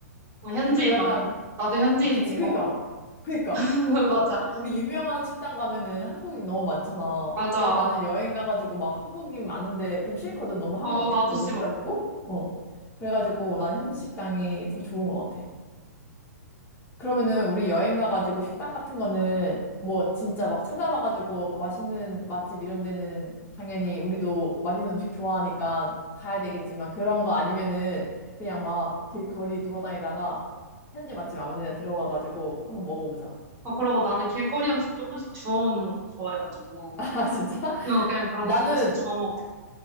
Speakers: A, on the right; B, on the left.
A: 어, 현지인
B: 그리고 약간
A: 많고. 나도 현지인이
B: 어, 그치,
A: 된
B: 그니까.
A: 거 같고. <laughs>
B: 그니까. 그,
A: 맞아,
B: 한- 우리 유명한 식당 가면은 한국인 너무 많잖아.
A: 맞아.
B: 그래서 나는 여행 가가지고 막 한국인 많은데 좀 싫거든. 너무 한국
A: 어,
B: 같고
A: 나도 싫어.
B: 해가지고. 어. 그래가지고 난 현지 식당이 더 좋은 것 같아. 그러면은 우리 여행 가가지고 식당 같은 거는 뭐 진짜 막 찾아봐가지고 맛있는 맛집 이런 데는 당연히 우리도 맛있는 음식 좋아하니까 가야 되겠지만 그런 거 아니면은 그냥 막 길거리 돌아다니다가 현지 맛집 아무 데나 들어가가지고 한번 먹어보자.
A: 아, 그러고 나는 길거리 음식 조금씩 주워 먹는 것도 좋아해가지고.
B: <laughs> 아, 진짜?
A: <laughs> 그냥 그런
B: 나는,
A: 거 조금씩 주워 먹어도